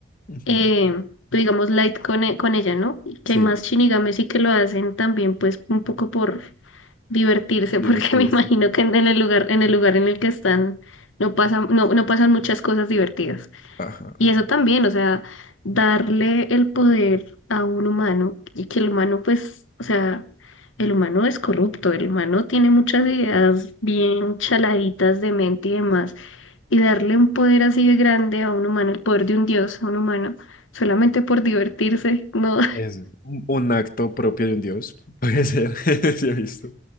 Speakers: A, on the left; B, on the left.
A: Ujú.
B: eh, digamos, Light con, e- con ella, ¿no? Y que
A: Sí,
B: hay más Shinigames y que lo hacen también, pues, un poco por divertirse,
A: divertirse.
B: <laughs> porque me imagino que en el lugar, en el lugar en el que están, no pasan, no, no pasan muchas cosas divertidas.
A: Ajá.
B: Y eso también, o sea, darle el poder a un humano y que el humano, pues, o sea, el humano es corrupto, el humano tiene muchas ideas bien chaladitas de mente y demás, y darle un poder así de grande a un humano, el poder de un dios a un humano, solamente por divertirse, no,
A: Eso. Un, un acto propio de un dios, <laughs> puede ser, <laughs> sí he visto.